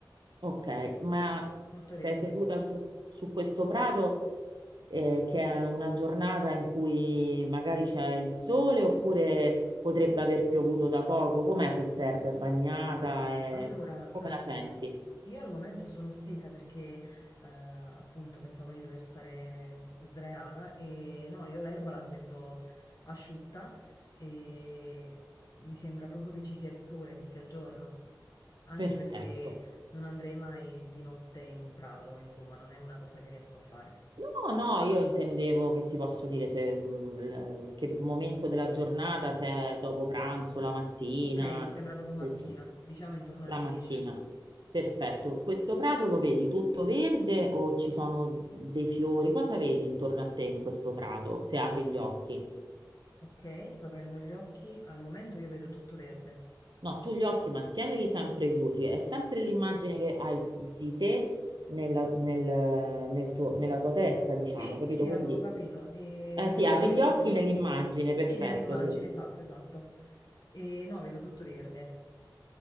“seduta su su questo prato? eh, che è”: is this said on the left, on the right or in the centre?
Right